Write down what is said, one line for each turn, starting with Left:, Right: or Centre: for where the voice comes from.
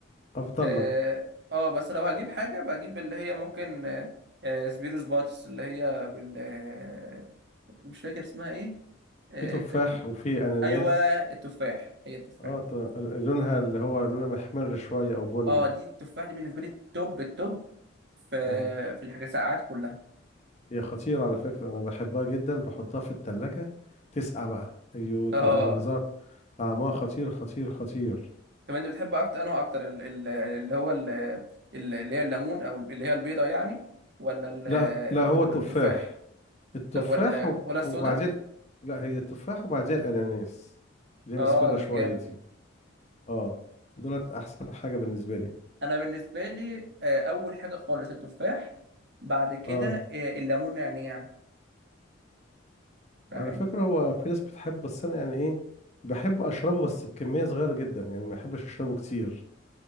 Left: افضل
Right: اه
Left: لك
Right: آه، بس لو هجيب حاجه بجيب اللي هي ممكن آه، آه، سبيروس باتس اللي هي بال آه، مش فاكر اسمها ايه آه،
Left: في تفاح
Right: كانت
Left: وفي اناناس
Right: ايوه التفاح هي التفاح
Left: اه ط- لونها اللي هو لونها محمر شويه او بني
Right: اه دي التفاح دي بالنسبه لي التوب التوب في
Left: اه
Right: في الحاجات ساعات كلها
Left: هي خطيرة على فكرة أنا بحبها جدا بحطها في التلاجة تسقع بقى أيوه
Right: اه
Left: تبقى منظر طعمها خطير خطير خطير
Right: طب انت بتحب اكتر انه اكتر ال- ال- اللي هو ال- ال- اللي هي الليمون او اللي هي البيضه يعني ولا ال-
Left: لا لا
Right: ولا
Left: هو تفاح
Right: التفاح
Left: التفاح
Right: طب ولا
Left: وب-
Right: ولا السودا
Left: وبعدين لا هي التفاح وبعدين الأناناس اللي هي
Right: اه
Left: مصفرة
Right: ده
Left: شوية
Right: جامد
Left: دي اه دولت أحسن حاجة بالنسبة لي
Right: انا بالنسبه لي آه، اول حاجه خالص التفاح بعد كده
Left: اه
Right: آه، الليمون نعناع فاهم
Left: على فكرة هو في ناس بتحبه بس أنا يعني إيه بحب أشربه بس بكمية صغيرة جدا يعني ما بحبش أشربه كتير